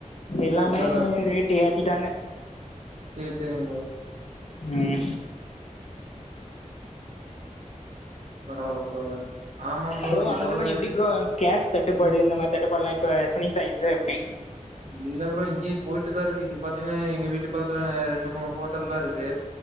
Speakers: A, on the left; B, on the right.
A: எல்லாமே
B: அதா அதா ப்ரோ
A: ரேட்டு ஏத்திட்டாங்க
B: சேரி சேரிங்க ப்ரோ
A: ம்
B: பரவால்ல பரவால்லங்க ஆமா
A: ப்ரோ
B: எதோ
A: அங்கல்லா
B: ஒரு
A: எப்டி ப்ரோ கேஸ் தட்டுப்பாடு
B: என்ன
A: இந்த மாரி தட்டுப்படலா இப்ப பினிஸ் ஆயிருச்சா எப்டி
B: இல்ல ப்ரோ இங்கயு போயிட்டுதா இருக்கு இங்க பாத்தீங்கன்னா எங்க வீட்டு பக்கத்துல ரெண்டு மூணு ஹோட்டல் தா இருக்கு